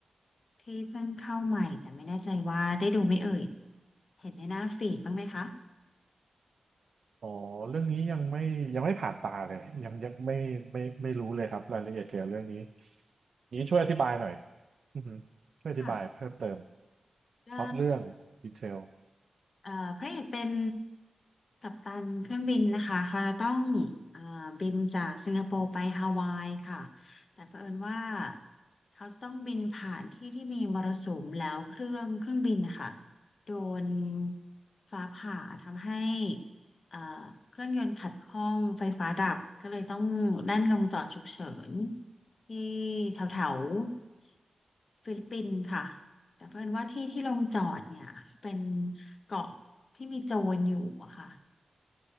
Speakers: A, on the left (about 50°); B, on the right (about 70°).
A: ที่เพิ่งเข้าใหม่แต่ไม่แน่ใจว่าได้ดูไหมเอ่ยเห็นในหน้าฟีดบ้างไหมคะ
B: อ๋อเรื่องนี้ยังไม่ยังไม่ผ่านตาเลยยังยังไม่ไม่ไม่รู้เลยครับรายละเอียดเกี่ยวกับเรื่องนี้นี้ช่วยอธิบายหน่อยอือฮึช่วยอธิบายเพิ่มเติม
A: ค่ะก็
B: พล็อตเรื่องดีเทล
A: เอ่อพระเอกเป็นกัปตันเครื่องบินนะคะค่ะต้องเอ่อบินจากสิงคโปร์ไปฮาวายค่ะแต่เผอิญว่าเขาจะต้องบินผ่านที่ที่มีมรสุมแล้วเครื่องเครื่องบินนะคะโดนฟ้าผ่าทำให้เอ่อเครื่องยนต์ขัดข้องไฟฟ้าดับก็เลยต้องแล่นลงจอดฉุกเฉินที่แถวๆ ฟิลิปปินส์ค่ะแต่เพื่อนว่าที่ที่ลงจอดเนี่ยเป็นเกาะที่มีโจรอยู่อะค่ะ